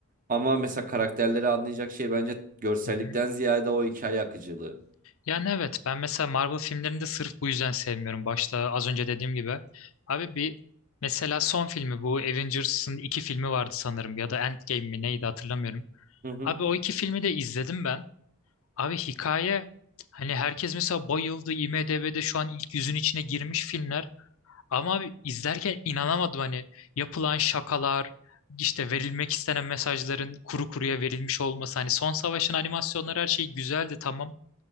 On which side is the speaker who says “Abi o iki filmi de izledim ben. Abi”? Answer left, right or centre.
Left